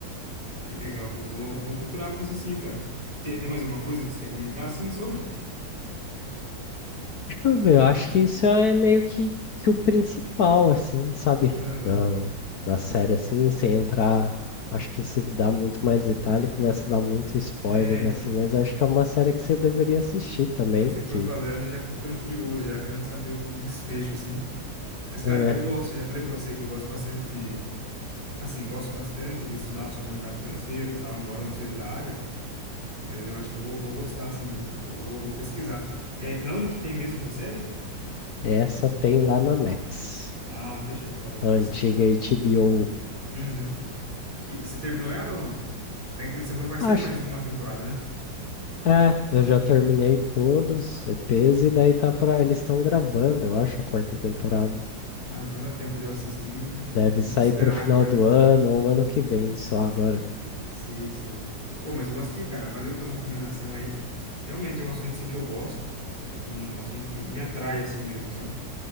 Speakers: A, on the right (about 25°); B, on the left (about 60°).
A: Que legal. Eu vou, eu vou procurar pra assistir, cara. Tem, tem mais alguma coisa que você quer comentar, assim, sobre?
B: Deixa eu ver, eu acho que isso é meio que, que o principal, assim, sabe?
A: Aham.
B: Da, da série, assim, sem entrar. Acho que se dá muito mais detalhe, começa a dar muito spoiler,
A: É, então.
B: assim, mas acho que é uma série que você deveria assistir também,
A: É que você foi
B: que
A: falando, eu já fui ficando curioso, já querendo saber o, o desfecho, assim. Mas, cara,
B: é,
A: eu gosto, já falei pra você que eu gosto bastante de. Assim, gosto bastante de estudar sobre o mercado financeiro e tal, embora eu não seja da área. Mas eu acho que eu vou, vou gostar, assim, viu? Eu vou pesquisar. É, na onde que tem mesmo essa série?
B: essa tem lá na Max,
A: Ah, fechou, cara, eu vou
B: a
A: pesquisar.
B: antiga HBO.
A: Uhum. E você terminou ela ou não? É que você falou que vai sair
B: Acho,
A: mais uma temporada, né?
B: É, eu já terminei todos os EPs e daí tá pra. Eles estão gravando, eu acho, a quarta temporada.
A: Ah, então dá tempo de eu assistir
B: Deve
A: e e
B: sair
A: esperar
B: pro final
A: a quarta.
B: do ano ou ano que vem só agora.
A: Sei, sei. Pô, mas eu vou assistir, cara. Valeu pela recomendação aí. Realmente é um assunto, sim, que eu gosto. É um assunto que me atrai, assim mesmo, sabe?